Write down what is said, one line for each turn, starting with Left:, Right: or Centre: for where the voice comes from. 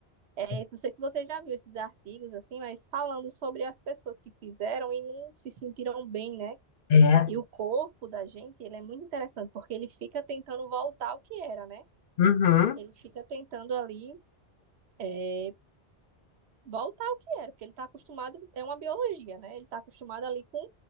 Right: é,
Left: É,
Right: não sei se você já viu esses artigos assim, mas falando sobre as pessoas que fizeram e não se sentiram bem, né?
Left: É,
Right: E o corpo da gente, ele é muito interessante, porque ele fica tentando voltar ao que era, né?
Left: uhum,
Right: Ele fica tentando ali é, voltar ao que era, porque ele está acostumado, é uma biologia, né? Ele está acostumado ali com